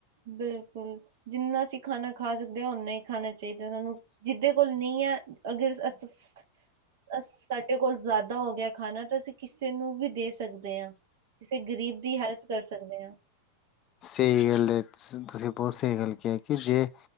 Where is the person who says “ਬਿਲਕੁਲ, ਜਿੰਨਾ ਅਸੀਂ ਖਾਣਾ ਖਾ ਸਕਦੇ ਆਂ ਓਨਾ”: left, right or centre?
Right